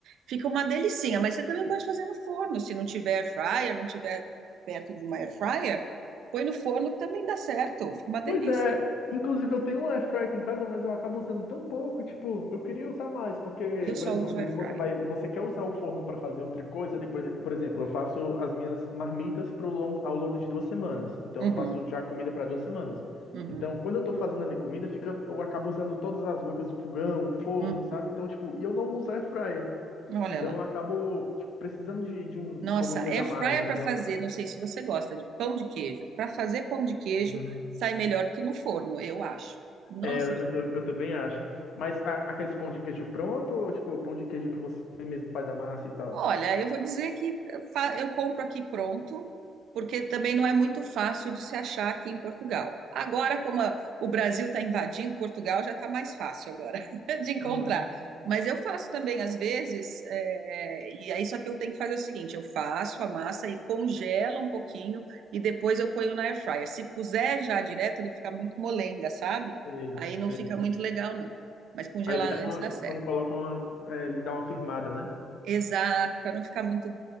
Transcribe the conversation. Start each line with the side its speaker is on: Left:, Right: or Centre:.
Right: Fica uma delicinha, mas você também pode fazer no forno, se não tiver air fryer, não tiver perto de uma air fryer, põe no forno que também dá certo. Fica uma delícia.
Left: Pois é, inclusive eu tenho um air fryer aqui em casa, mas eu acabo usando tão pouco, tipo, eu queria usar mais, porque,
Right: Eu só
Left: por exemplo,
Right: uso
Left: às vezes
Right: air
Left: você
Right: fryer.
Left: vai, você quer usar o forno para fazer outra coisa ali, por, exe- por exemplo, eu faço as minhas marmitas pro longo, ao longo de duas semanas, então
Right: Uhum,
Left: eu faço já comida para duas semanas.
Right: uhum,
Left: Então, quando eu tô fazendo ali comida, fica, eu acabo usando todas as bocas do fogão, o forno,
Right: uhum.
Left: sabe? Então, tipo, e eu não uso air fryer,
Right: Olha
Left: então
Right: lá.
Left: eu acabo, tipo, precisando de, de um,
Right: Nossa,
Left: alguma coisa
Right: air
Left: a mais,
Right: fryer para
Left: então...
Right: fazer, não sei se você gosta de pão de queijo. Para fazer pão de queijo,
Left: Uhum.
Right: sai melhor do que no forno, eu acho. Nossa,
Left: É, eu, ta- eu também acho. Mas a- aqueles pão de queijo pronto ou tipo pão de queijo que você mesmo faz a massa e tal?
Right: Olha, eu vou dizer que eu fa- eu compro aqui pronto, porque também não é muito fácil de se achar aqui em Portugal. Agora, como a- o Brasil está invadindo Portugal, já está mais fácil agora <laughs> de encontrar.
Left: Uhum,
Right: Mas eu faço também às vezes, é, e aí só que eu tenho que fazer o seguinte: eu faço a massa e congela um pouquinho e depois eu ponho na air fryer. Se puser já direto, ele fica muito molenga, sabe?
Left: sei,
Right: Aí não
Left: sei.
Right: fica muito legal, não. Mas congelar
Left: Aí ele dá
Right: antes
Left: uma,
Right: dá certo.
Left: quando coloca uma, é, ele dá uma firmada, né?
Right: Exato, para não ficar muito.